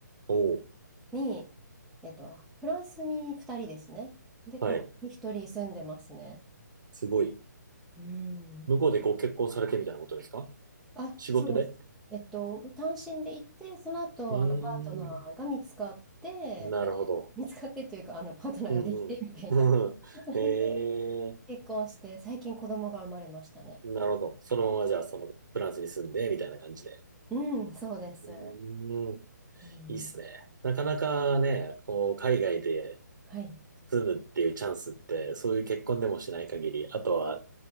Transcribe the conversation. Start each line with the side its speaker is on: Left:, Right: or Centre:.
Right: おお、
Centre: に、えっと、フランスに2人ですね。で、韓国に1人住んでますね。
Right: はい。すごい。
Centre: うん。
Right: 向こうでご結婚されてみたいなことですか
Centre: あ、
Right: 仕事で
Centre: そうです。えっと、単身で行って、その後、
Right: うーん。
Centre: あの、パートナーが見つかって、
Right: なるほど。
Centre: 見つかってというか、あの、パートナーができてみたいな。
Right: うんうん。
Centre: <laughs>
Right: <laughs> ええ
Centre: で、結婚して、最近子供が生まれましたね。
Right: ー、なるほど。そのままじゃあ、そのフランスに住んで、みたいな感じで。
Centre: うん、そうです。
Right: うーん。
Centre: うん、
Right: いいっすね。なかなかね、こう、海外で
Centre: はい。
Right: 住むっていうチャンスって、そういう結婚でもしない限り、あとは